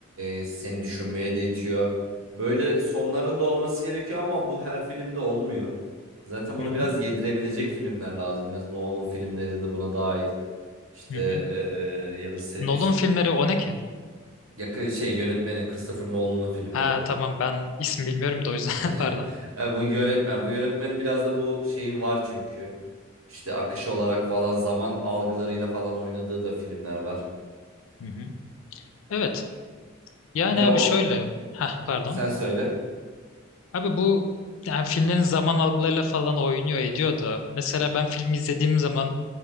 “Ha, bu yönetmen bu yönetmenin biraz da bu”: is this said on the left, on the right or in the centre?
Right